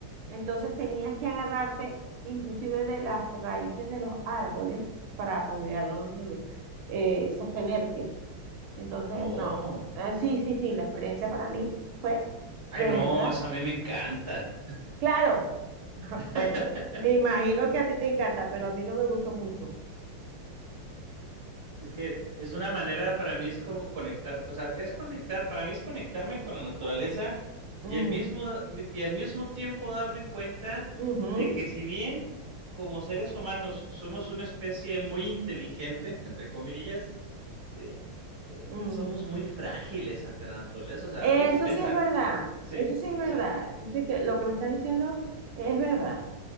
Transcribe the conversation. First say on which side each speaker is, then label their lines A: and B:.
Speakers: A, on the right (about 80°); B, on the right (about 15°).
A: Entonces tenías que agarrarte inclusive de las raíces de los árboles para poder eh, sostenerte. Entonces,
B: Oh.
A: no, eh, sí, sí, sí, la experiencia para mí fue
B: Ay,
A: de
B: no,
A: verdad.
B: eso a mí me encanta.
A: Claro, <laughs>
B: <laughs>
A: bueno, me imagino que a ti te encanta, pero a mí no me gustó mucho.
B: Es que es una manera, para mí es como conectar, o sea, es conectar, para mí es conectarme con la naturaleza y
A: Mm,
B: el mismo, y al mismo tiempo darme cuenta
A: ujú,
B: de que si bien como seres humanos somos una especie muy inteligente, entre comillas, ¿sí? Eh,
A: mm.
B: somos muy frágiles ante la naturaleza. O sea,
A: Eso
B: ponte a pensar,
A: sí es verdad,
B: sí,
A: eso sí es verdad,
B: o sea,
A: eso sí que lo que me estás diciendo es verdad.